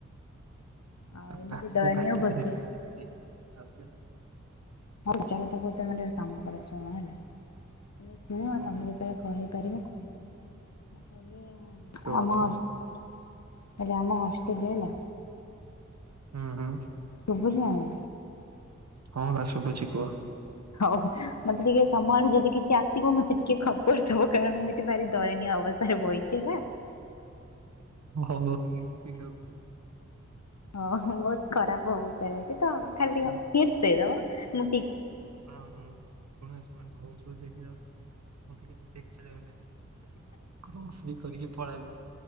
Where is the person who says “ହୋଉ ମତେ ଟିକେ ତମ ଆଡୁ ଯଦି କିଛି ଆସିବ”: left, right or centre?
Left